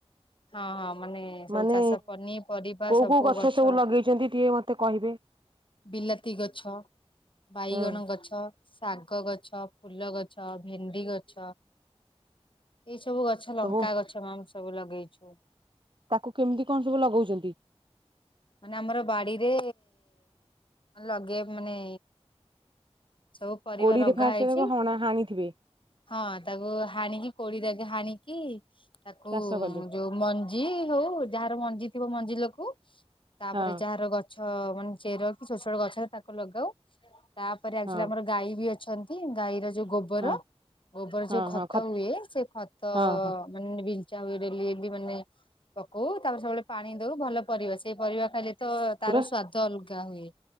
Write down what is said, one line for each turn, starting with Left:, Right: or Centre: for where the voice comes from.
Left: ହଁ ହଁ ମାନେ ସବୁ
Right: ମାନେ
Left: ଚାଷ ପନି, ପରିବା
Right: କୋଉ
Left: ସବୁ
Right: କୋଉ
Left: ଗଛ
Right: ସବୁ ଲଗେଇଛନ୍ତି ଟିକେ ମତେ କହିବେ
Left: ବିଲାତି ଗଛ, ବାଇଗଣ
Right: ହଁ
Left: ଗଛ, ଶାଗ ଗଛ, ଫୁଲ ଗଛ, ଭେଣ୍ଡି ଗଛ। ଏଇ ସବୁ ଗଛ ଲଙ୍କା
Right: ସବୁ
Left: ଗଛ ମ୍ୟାମ ସବୁ ଲଗେଇଛୁ।
Right: ତାକୁ କେମିତି କଣ ସବୁ ଲଗଉଛନ୍ତି।
Left: ମାନେ ଆମର ବାଡିରେ ଲଗେଇବା ମାନେ, ସବୁ ପରିବା
Right: କୋଡିରେ
Left: ଲଗା
Right: ଫାଷ୍ଟ
Left: ହେଇଛି।
Right: ତାକୁ ହଣା ହାଣିଥିବେ
Left: ହଁ ତାକୁ ହାଣିକି କୋଡି ଜାଙ୍କେ ହାଣିକି ତାକୁ
Right: ଚାଷ କଲେ
Left: ଯୋଉ, ମଞ୍ଜି ହଉ ଯାହାର ମଞ୍ଜି ଥିବ ମଞ୍ଜି ରଖୁ ତାପରେ
Right: ହଁ
Left: ଯାହାର ଗଛ। ଛ ମାନେ ଚେର କୁ ଛୋଟ ଛୋଟ ଗଛରେ ତାକୁ ଲଗାଉ। ପରେ ଆକ୍ଚୁଲି
Right: ହଁ
Left: ଆମର ଗାଈ ବି ଅଛନ୍ତି ଗାଈର ଯୋଉ ଗୋବ, ଗୋବର
Right: ହଁ
Left: ଗୋବର ଯୋଉ
Right: ହଁ
Left: ଖତ
Right: ହଁ
Left: ହୁଏ ସେ ଖତ।
Right: ହଁ ହଁ
Left: ମାନେ ବିିଚ୍ଛା ହୁଏ ଡେଲି ଏ ବି ମାନେ। ପକଉ ତାପରେ ସବୁବେଳେ ପାଣି ଦଉ ଭଲ ପରିବା ସେଇ ପରିବା ଖାଇଲେ। ତ ତାର
Right: ପୁରା
Left: ସ୍ଵାଦ ଅଲଗା ହୁଏ।